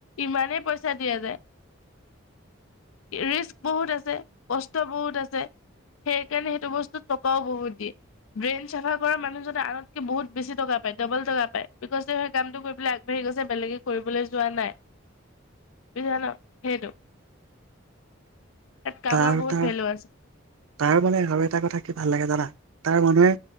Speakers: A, on the left; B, on the right.
A: ইমানেই পইচা দিয়া যায় ৰিস্ক বহুত আছে কষ্ট বহুত আছে সেই কাৰণে সেইটো বস্তুত টকাও বহুত দিয়ে ড্ৰেইন চাফা কৰা মানুহজননে আনতকে বহুত বেছি টকা পায় ডবল টকা পায়। বিকচ‌ তেওঁ সেই কামটো কৰিবলৈ আগবাঢ়ি গৈছে বেলেগে কৰিবলৈ যোৱা নাই বুজিলা ন? সেইটো। তাত কামৰ
B: তাৰ
A: বহুত
B: তাৰ
A: ভেলু আছে।
B: তাৰ মানে আৰু এটা কথা কি ভাল লাগে জানা তাৰ মানুহে